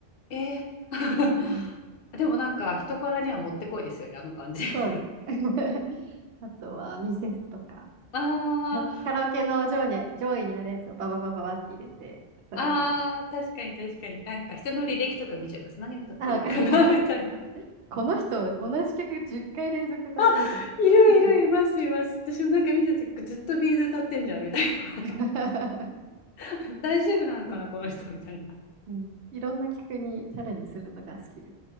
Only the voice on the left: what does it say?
えー <laughs>
でもなんか人からにはもってこいですよね、あの感じ。<laughs>
あ
ああ、確かに確かに。なんか人の履歴とか見ちゃいます。何歌ってんのかな
<laughs> みたいな。
あ、
いるいるいますいます。私もなんか見た時ずっとビーズ歌ってんじゃんみたいな。
<laughs> 大丈夫なのかなこの人みたいな。